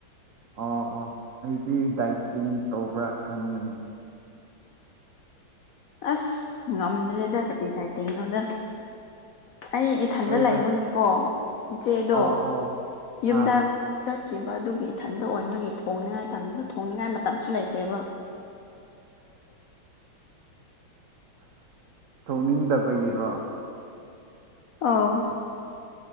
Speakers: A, on the right; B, on the left.
A: ꯑ ꯑꯣ ꯑꯩꯗꯤ ꯗꯥꯏꯇꯤꯡ ꯇꯧꯕ꯭ꯔꯥ ꯈꯟꯕꯅꯤ
B: ꯑꯁ ꯉꯝꯗ꯭ꯔꯦꯗ ꯀꯄꯤ ꯇꯥꯏꯇꯤꯡꯅꯣꯗ ꯑꯩ ꯏꯊꯟꯗ
A: ꯍꯣꯏꯗ
B: ꯂꯩꯕꯒꯤ ꯀꯣ ꯏꯆꯦꯗꯣ
A: ꯑꯣ ꯑꯣ
B: ꯌꯨꯝꯗ
A: ꯑꯥ
B: ꯆꯠꯈꯤꯕ ꯑꯗꯨꯒꯤ ꯏꯊꯟꯗ ꯑꯣꯏꯕꯒꯤ ꯊꯣꯡꯅꯤꯉꯥꯏ ꯇꯕ ꯊꯣꯡꯅꯤꯡꯉꯥꯏ ꯃꯇꯝꯁꯨ ꯂꯩꯇꯦꯕ
A: ꯊꯣꯛꯅꯤꯡꯗꯕꯒꯤꯔꯣ
B: ꯑ